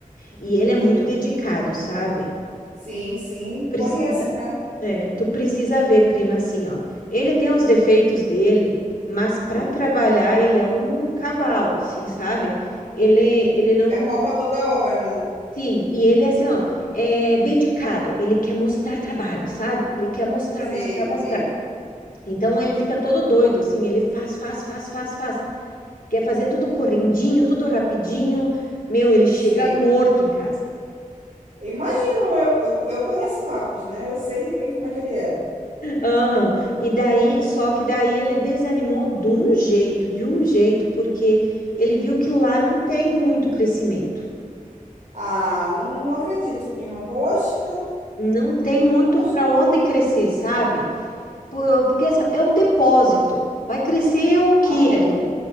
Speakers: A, on the left (about 80°); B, on the right (about 50°).
A: E
B: Entendi.
A: ele é muito dedicado, sabe?
B: Sim, sim,
A: Precisa,
B: conheço, né?
A: É, tu precisa ver, prima, assim, ó. Ele tem os defeitos dele, mas para
B: Uhum.
A: trabalhar ele é um cavalo, assim, sabe? Ele, ele não.
B: É pau pra toda obra, né?
A: Sim, e ele é assim, ó, é dedicado. Ele quer mostrar trabalho, sabe? Ele quer mostrar,
B: Sei,
A: mostrar, mostrar.
B: sei,
A: Então ele fica todo doido, assim, ele faz, faz, faz, faz, faz. Quer fazer tudo correndinho, tudo rapidinho. Meu, ele
B: sei.
A: chega morto em casa.
B: Eu Imagino, eu, eu, eu conheço o Marcos, né? Eu sei bem como é que ele é.
A: Aham. E daí, só que daí ele desanimou de um jeito, de um jeito, porque ele viu que lá não tem muito crescimento.
B: Ah, não, não acredito, prima. Poxa,
A: Não tem muito
B: poxa.
A: para onde crescer, sabe? Por- porque assim, ó, é um depósito. Vai crescer o quê
B: Aham.
A: ali?